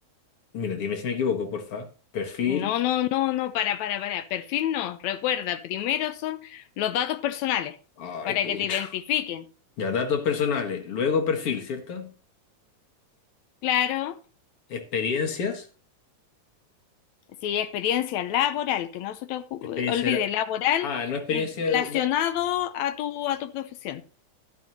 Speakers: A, on the left (about 55°); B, on the left (about 75°).
A: mira, dime si me equivoco, porfa, perfil,
B: No, no, no, no, para, para, para. Perfil no. Recuerda, primero son los datos personales
A: ay,
B: para
A: pucha,
B: que te identifiquen.
A: ya datos personales, luego perfil, ¿cierto?
B: Claro,
A: Experiencias,
B: sí, experiencia laboral, que no se te ocu-
A: experiencia,
B: olvide,
A: la-
B: laboral
A: ah, no experiencia,
B: mm, relacionado
A: la-
B: a tu, a tu profesión.